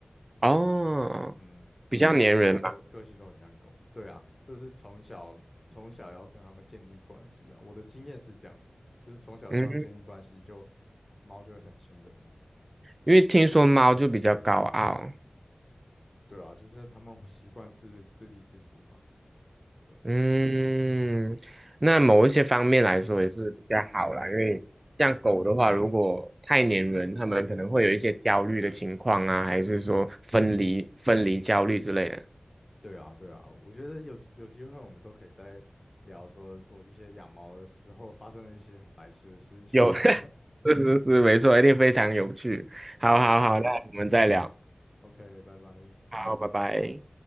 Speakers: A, on the right; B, on the left.
A: 哦，
B: 嗯，
A: 比较嗯粘人嘛。
B: 我养的猫都个性都很像狗，对啊，就是从小从小要跟它们建立关系啊。我的经验是这样子，就是从小跟它们建立关系就，
A: 嗯，
B: 猫就会很亲人，
A: 因为听说猫就比较高傲。
B: 对啊，就是它们习惯自自立自主嘛，对，
A: 嗯，那某一些方面来说也是比较好啦，因为像狗的话，如果太粘人，它们可能会有一些焦虑的情况啊，还是说分离分离焦虑之类的。
B: 对啊，对啊。我觉得有有机会我们都可以再聊说我这些养猫的时候发生的一些很白痴的事情，
A: 有，
B: <laughs>
A: <laughs> 是是是，没错，一定非常有趣。
B: 对啊
A: 好好好，那我们再聊。
B: ，OK，拜拜。
A: 好，拜拜。